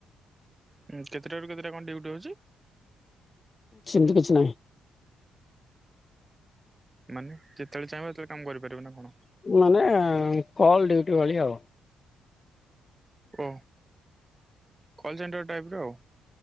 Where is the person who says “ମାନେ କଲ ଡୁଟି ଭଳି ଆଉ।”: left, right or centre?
Left